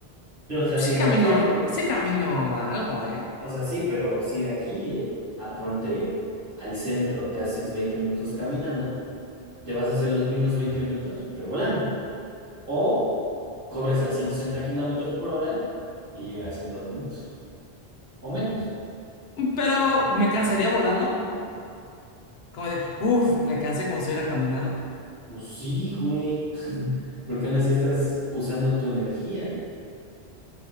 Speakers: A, on the right; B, on the left.
A: Pero, o sea,
B: Sí
A: si
B: camino,
A: de aquí a.
B: ro- sí camino algo, ¿eh?
A: O sea, sí, pero si de aquí eh, a ponte al centro te haces 20 minutos caminando, te vas a hacer los mismos 20 minutos, pero volando. O corres a 160 kilómetros por hora y llegas en dos minutos o menos.
B: Pero me cansaría volando. Como de, uff, me cansé como si hubiera caminado.
A: Pues sí, güey. <laughs> Porque aún así estás usando tu energía.